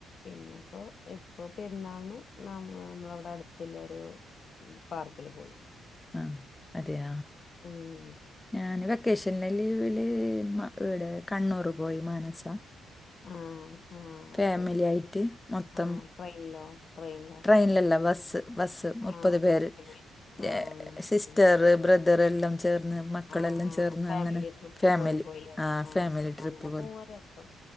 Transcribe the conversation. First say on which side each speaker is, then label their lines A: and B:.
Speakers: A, on the left; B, on the left.
A: പിന്നെപ്പോ ഇപ്പൊ പെരുന്നാള്ന് നമ്മ നമ്മളവിടെ അടു ത്ത്ല്ലാരു പാർക്കില് പോയി
B: ആഹ് അതെയ
A: ഉം
B: ഞാൻ വെക്കേ കേഷനെ ലീവില് ഇടെ കണ്ണൂർ പോയി മാനസ
A: ആഹ് ആഹ്
B: ഫാമിലി
A: ശരി
B: ആയിട്ട് മൊത്തം
A: ആഹ് ട്രെയിനിലോ ട്രെയിനിലോ
B: ട്രെയ്നിലല്ല ബസ് ബസ് മുപ്പത്
A: ആഹ്
B: പേര്
A: ബസ്സിന് ആഹ്
B: ഹെ
A: അങ്ങനെ
B: സിസ്റ്റർ
A: അങ്ങനെ
B: ബ്രദർ ദർല്ലാം ചേർന്ന് മക്കളെല്ലാം
A: ആഹ് ആഹ്
B: ചേർന്ന്
A: ഫാമിലി
B: അങ്ങനെ
A: ട്രിപ്പ്
B: ഫാമിലി
A: പോലെ പോയില്ലേ
B: ആ
A: ആഹ്
B: ഫാമിലി ട്രിപ്പ്
A: അങ്ങനെ
B: പോയി
A: പോവാ രസം